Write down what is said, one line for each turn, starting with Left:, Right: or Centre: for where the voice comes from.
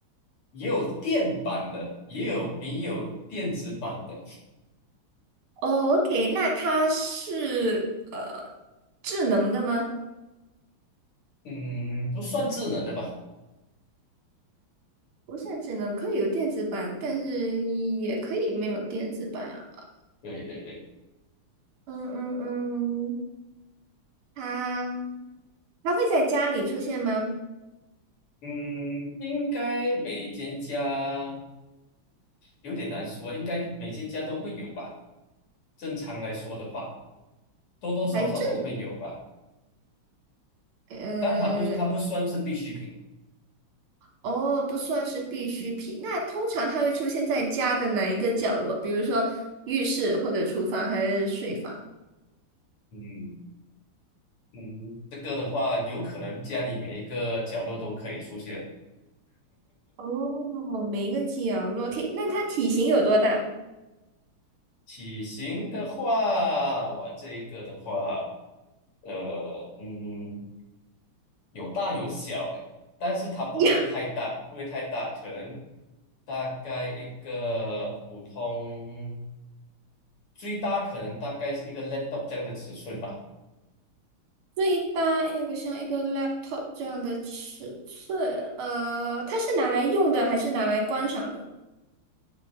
Left: 也有电版的，也有没有电子版的，
Right: 哦，OK，那它是呃智能的吗？
Left: 嗯，不算智能的吧？
Right: 不是智能，可以有电子版，但是也可以没有电子版啊。
Left: 对对对，
Right: 嗯嗯嗯，它它会在家里出现吗？
Left: 嗯，应该每间家有点难说，应该每间家都会有吧？正常来说的话，多多少少都会有吧，
Right: 还正，呃
Left: 但它不，它不算是必需品，
Right: 哦，不算是必需品。那通常它会出现在家的哪一个角落？比如说浴室或者厨房还是睡房？
Left: 嗯。嗯，这个的话，有可能家里每一个角落都可以出现。
Right: 哦，每一个角落。可以，那它体型有多大？
Left: 体型的话，我这一个的话，呃，嗯，有大有小，诶，但是它不会太大，
Right: <laughs> 呀，
Left: 不会太大，可能大概一个普通，最大可能大概是一个 laptop 这样的尺寸吧。
Right: 最大有个像一个 laptop 这样的尺寸。呃，它是拿来用的还是拿来观赏的？